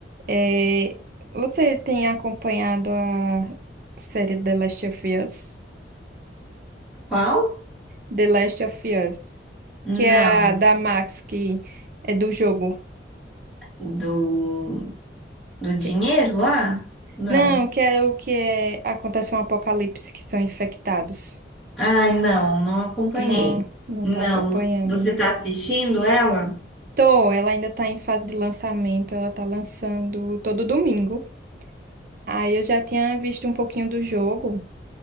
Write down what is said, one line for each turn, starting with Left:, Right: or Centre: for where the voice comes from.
Right: É, você tem acompanhado a série The Last of Us?
Centre: Qual?
Right: The Last of Us,
Centre: Não.
Right: que é a da Max, que é do jogo.
Centre: Do, do dinheiro
Right: Que-
Centre: lá? Não.
Right: Não, que é o que é... acontece um apocalipse, que são infectados.
Centre: Ai, não, não acompanhei.
Right: Não, não
Centre: Não,
Right: tá acompanhando,
Centre: você
Right: né?
Centre: tá assistindo ela?
Right: Tô, ela ainda tá em fase de lançamento, ela tá lançando todo domingo. Aí eu já tinha visto um pouquinho do jogo